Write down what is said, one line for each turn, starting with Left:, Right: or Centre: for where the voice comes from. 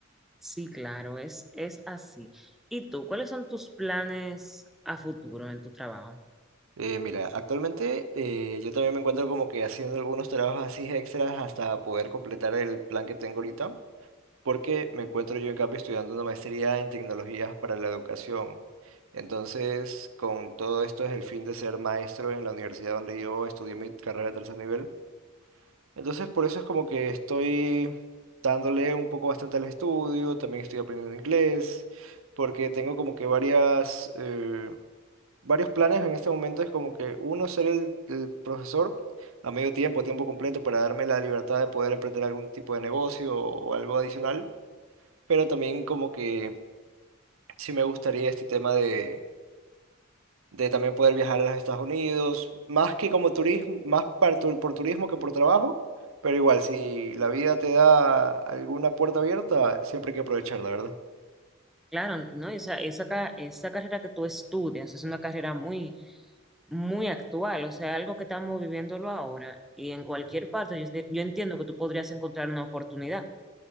Centre: Sí, claro, es, es así. ¿Y tú, cuáles son tus planes a futuro en tu trabajo?
Right: Eh, mira, actualmente eh, yo también me encuentro como que haciendo algunos trabajos así extras hasta poder completar el plan que tengo ahorita, porque me encuentro yo en cambio estudiando una maestría en tecnologías para la educación. Entonces, con todo esto es el fin de ser maestro en la universidad donde yo estudié mi carrera de tercer nivel. Entonces, por eso es como que estoy dándole un poco bastante al estudio, también estoy aprendiendo inglés, porque tengo como que varias... eh, varios planes en este momento es como que uno ser el, el profesor a medio tiempo, tiempo completo, para darme la libertad de poder emprender algún tipo de negocio o algo adicional, pero también como que sí me gustaría este tema de, de también poder viajar a los Estados Unidos, más que como turismo, más par- tu- por turismo que por trabajo, pero igual, si la vida te da alguna puerta abierta, siempre hay que aprovecharla, ¿verdad?
Centre: Claro, ¿no? Esa, esa, ca- esa carrera que tú estudias es una carrera muy, muy actual, o sea, algo que estamos viviéndolo ahora y en cualquier parte yo, de- yo entiendo que tú podrías encontrar una oportunidad.